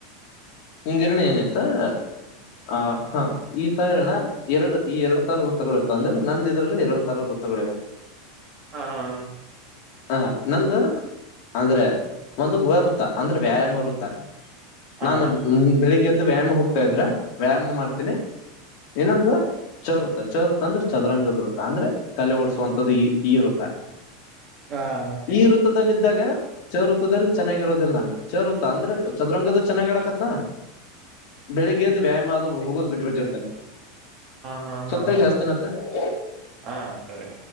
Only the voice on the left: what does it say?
ನಿ ಗಿರಣಿ ಏನಾಯ್ತಾ <unintelligible> ಹ <inaudible> ಆ ಹಾ ಈ ತರಣ ಎರಡು ಈ ಎರಡ್ ತರ ವೃತ್ತಗಳು ಇರ್ತ ಅಂದ್ರ ನಂದ ಇದ್ರಲ್ಲಿ ಎರಡ್ ತರ ವೃತ್ತಗಳಿವೆ. ಹ <inaudible>
ಹಾ ಹಾ.. ನಂದು ಅಂದ್ರೆ ಒಂದು ವ ವೃತ್ತ ಅಂದ್ರೆ ವ್ಯಾಯಾಮ ವೃತ್ತ
ನಾನು ಬೆಳಿಗ್ಗೆ ಎದ್ದು ವ್ಯಾಯಾಮಕ್ ಹೋಗ್ತಾ ಇದ್ರೆ ವ್ಯಾಯಾಮ ಮಾಡ್ತೀನಿ ಇನ್ನೊಂದು ಚ ವೃತ್ತ ಚ ವೃತ್ತ ಅಂದ್ರೆ ಚದರಂಗದರುತ್ತ ಅಂದ್ರೆ ತಲೆ ಓಡಸುವಂತದ್ದು ಈ ವೃತ್ತ
ಈ ವೃತ್ತದಲ್ಲಿದ್ದಾಗ ಚ ವೃತ್ತದಲ್ಲಿ ಚೆನ್ನಾಗಿರೋದಿಲ್ಲ ನಾನು ಚ ವೃತ್ತ ಅಂದ್ರೆ ಚದರಂಗದ ಚೆನ್ನ್ ಆಡಕತ್ನಾ ಬೆಳಿಗ್ಗೆ ಎದ್ದು ವ್ಯಾಯಾಮ ಆದ ಹೋಗೋದು ಬಿಟ್ಟಬಿಟ್ಟಿರ್ತೇನೆ
ಸ್ವಲ್ಪ್
ತಡಿ ಹಸ್ತೇನತ್ತ